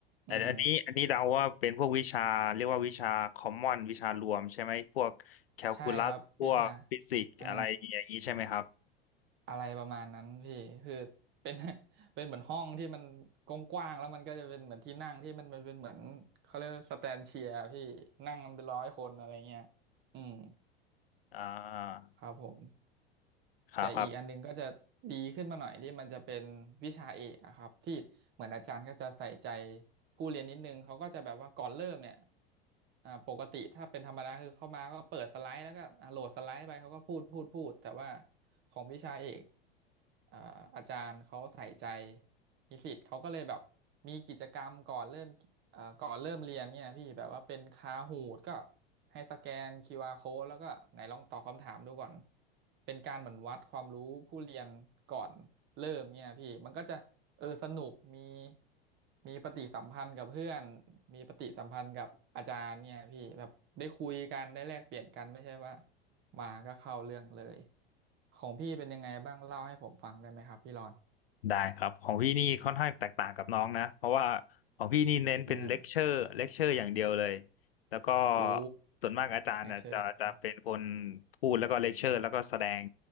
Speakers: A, on the right (about 40°); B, on the left (about 75°).
A: อืม
B: อันอันนี้อันนี้เดาว่าเป็นพวกวิชาเรียกว่าวิชาคอมมอนวิชารวมใช่ไหมพวกแคลคูลัสพวกฟิสิกส์อะไรอย่างนี้ใช่ไหมครับ
A: ใช่ครับวิชาอ่าอะไรประมาณนั้นพี่คือเป็น <laughs> เป็นเหมือนห้องที่มันกว้างๆแล้วมันก็จะเป็นเหมือนที่นั่งที่มันมันเป็นเหมือนเขาเรียกว่าสแตนเชียร์พี่นั่งกันเป็นร้อยคนอะไรเงี้ยอืม
B: อ่า
A: ครับผม
B: ครับครับ
A: แต่อีกอันหนึงก็จะดีขึ้นมาหน่อยที่มันจะเป็นวิชาเอกอะครับที่เหมือนอาจารย์ก็จะใส่ใจผู้เรียนนิดนึงเขาก็จะแบบว่าก่อนเริ่มเนี่ยอ่าปกติถ้าเป็นธรรมดาคือเข้ามาก็เปิดสไลด์แล้วก็อ่าโหลดสไลด์ไปเขาก็พูดพูดพูดแต่ว่าของวิชาเอกอ่าอาจารย์เขาใส่ใจนิสิตเขาก็เลยแบบมีกิจกรรมก่อนเริ่ม เอ่อก่อนเริ่มเรียนเนี่ยพี่แบบว่าเป็นคาหูดก็ให้สแกนคิวอาร์ code แล้วก็ไหนลองตอบคำถามดูก่อนเป็นการเหมือนวัดความรู้ผู้เรียนก่อนเริ่มเนี่ยพี่มันก็จะเออสนุกมีมีปฏิสัมพันธ์กับเพื่อนมีปฏิสัมพันธ์กับอาจารย์เนี่ยพี่แบบได้คุยกันได้แลกเปลี่ยนกันไม่ใช่ว่ามาก็เข้าเรื่องเลยของพี่เป็นยังไงบ้างเล่าให้ผมฟังได้ไหมครับพี่รอน
B: ได้ครับของพี่นี่ค่อนข้างแตกต่างกับน้องนะเพราะว่าของพี่นี่เน้นเป็นเลคเชอร์เลคเชอร์อย่างเดียวเลย
A: อืม
B: แล้วก็
A: โอ้
B: ส่วนมากอาจารย์น่ะจะจะเป็นคน
A: แลกเชอร์อย่างเดียว
B: พูดแล้วก็เลคเชอร์แล้วก็แสดง